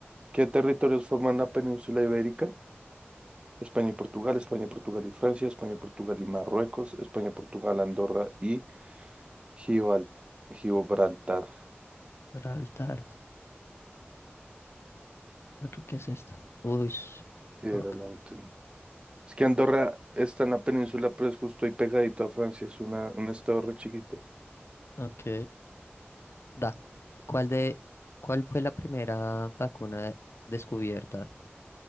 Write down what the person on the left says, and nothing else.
altar. Yo creo que es esta. Uy.
Fuck.
Ok. ok. Da. ¿Cuál de, cuál fue la primera vacuna descubierta?